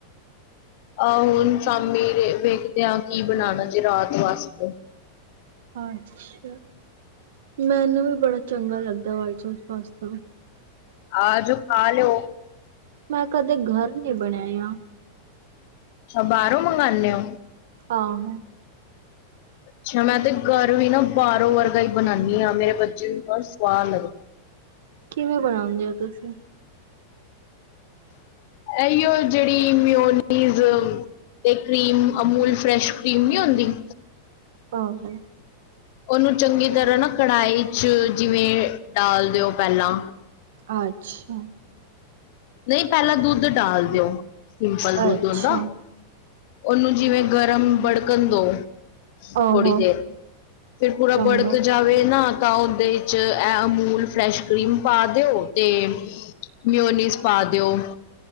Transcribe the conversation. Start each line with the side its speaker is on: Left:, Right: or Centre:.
Left: ਆਹੋ ਹੁਨ ਸ਼ਾਮੀ ਵੇਖਦੇ ਹਾਂ ਕੀ ਬਨਾਣਾ ਜੇ ਰਾਤ ਵਾਸਤੇ
Right: ਅੱਛਾ ਮੈਨੂੰ ਵੀ ਬੜਾ ਚੰਗਾ ਲੱਗਦਾ ਵਾਈਟ ਸੌਸ ਪਾਸਤਾ
Left: ਆਜੋ ਖਾਲੋ
Right: ਮੈਂ ਕਦੇ ਘਰ ਨੀ ਬਣਾਆ
Left: ਅੱਛਾ ਬਾਹਰੋਂ ਮੰਗਾਨੇ ਔ
Right: ਆਹੋ
Left: ਅੱਛਾ ਮੈਂ ਤੇ ਘਰ ਵੀ ਨਾ ਬਾਹਾਰੋਂ ਵਰਗਾ ਹੀ ਬਨਾਣੀ ਹਾਂ ਮੇਰੇ ਬੱਚੇ ਨੂੰ ਬੜਾ ਸਵਾਦ ਲੱਗਦਾ
Right: ਕਿਵੇਂ ਬਣਾਉਂਦੇ ਹੋ ਤੁਸੀ
Left: ਇਹੀਓ ਜੇਹੜੀ ਮਿਓਨੀਜ਼ ਤੇ ਕ੍ਰੀਮ ਅਮੂਲ ਫਰੈਸ਼ ਕਰੀਮ ਨੀ ਹੁੰਦੀ
Right: ਆਹੋ
Left: ਉਹਨੂੰ ਚੰਗੀ ਤਰ੍ਹਾਂ ਨਾ ਕਢਾਈ ਚ ਜਿਵੇਂ ਡਾਲ ਦਿਓ ਪਹਿਲਾਂ
Right: ਅੱਛਾ।
Left: ਨਹੀਂ ਪਹਿਲਾਂ ਦੁੱਧ ਡਾਲ ਦਿਓ ਸਿੰਪਲ ਦੁੱਧ
Right: ਅੱਛਾ
Left: ਓਦਾ ਉਹਨੂੰ ਜਿਵੇਂ ਗਰਮ ਬੜਕਣ ਦਉ
Right: ਆਹੋ
Left: ਥੋੜੀ ਦੇਰ ਫਿਰ ਪੂਰਾ
Right: ਚੰਗਾ
Left: ਬੜਕ ਜਾਵੇ ਨਾ ਤਾਂ ਉਹਦੇ ਚ ਇਹ ਅਮਲ ਫ੍ਰੈਂਸ਼ ਕਰੀਮ ਪਾ ਦਿਉ ਤੇ ਮਿਓਨਿਸ ਪਾ ਦਿਓ